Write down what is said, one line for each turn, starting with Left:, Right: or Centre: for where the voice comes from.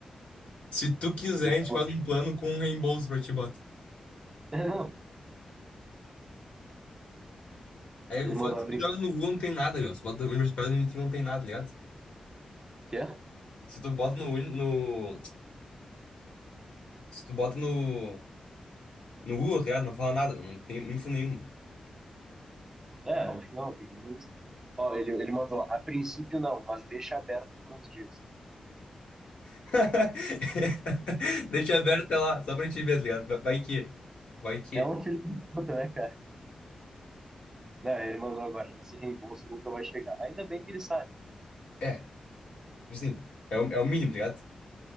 Left: Se tu quiser,
Right: Ele
Left: a gente
Right: falou,
Left: faz um plano com um reembolso pra ti, bota.
Right: É, não.
Left: É,
Right: Ele
Left: o fato
Right: mandou
Left: é
Right: a
Left: que
Right: princípio.
Left: tu joga no Google não tem nada, meu. Se bota no Universidade a gente não tem nada, tá ligado?
Right: que é?
Left: Se tu bota no, Win- no, se tu bota no, no Google, tá ligado? Não fala nada, não tem info nenhuma.
Right: É, acho que não, tem que ver no Insta. Ó, ele, ele mandou, a princípio não, mas deixa aberto por uns dias.
Left: <laughs> Deixa aberto até lá, só pra gente ver, tá ligado? Vai vai que. Vai que.
Right: É um filho da puta, né, cara? Né, ele mandou agora, esse reembolso nunca vai chegar. Ainda bem que ele sabe.
Left: É, tipo assim, é o, é o mínimo, tá ligado?